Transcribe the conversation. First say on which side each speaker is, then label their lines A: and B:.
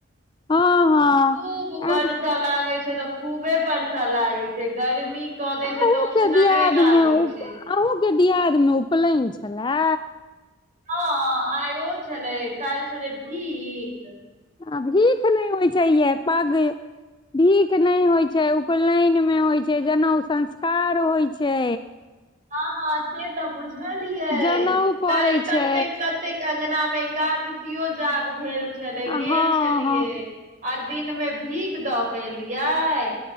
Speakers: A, on the left; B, on the right.
A: हँ हँ
B: खूब बर्षा
A: आ
B: लागै छै तऽ खूबे बर्षा लागै छै से गर्मी कऽ
A: अहूँ
B: दै छै तऽ उसनहे
A: के दियाद
B: लागै
A: मे अहूँ
B: छै
A: के दियाद मे उपनयन छलए
B: हँ आइ ओ छलै काल्हि छलै भीख
A: आ भीख नहि होइ छै ये पाग भीख नहि होइ छै उपनयनमे होइ छै जनउ संस्कार होइ छै
B: हँ हँ से तऽ बुझलियै
A: जनउ पड़ै
B: काल्हि कतेक
A: छै
B: कतेक अंगना मे एकादशियो जाग भेल छलै
A: हँ
B: गेल छलियै
A: हँ
B: आर दिन में भीख दऽ के एलियै